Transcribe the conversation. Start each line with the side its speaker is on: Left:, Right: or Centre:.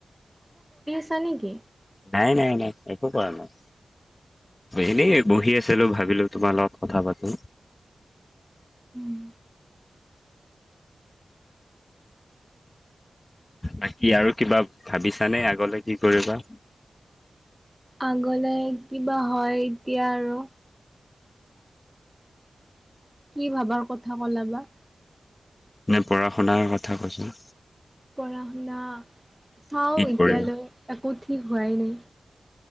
Centre: ছা নেকি?
Left: নাই, নাই, নাই, একো কৰা নাই। এনেই বহি আছিলোঁ, ভাবিলোঁ তোমাৰ লগত কথা পাতো।
Centre: উম।
Left: বাকী আৰু কিবা ভাবিছা নে আগলৈ কি কৰিবা?
Centre: আগলে কি বা হয় এতিয়া আৰু! কি ভাবাৰ কথা ক'লা বা!
Left: নে পঢ়া-শুনাৰ কথা কৈছোঁ।
Centre: পঢ়া-শুনা, চাওঁ
Left: কি
Centre: এতিয়ালৈ,
Left: কৰিবা
Centre: একো ঠিক হোৱাই নাই।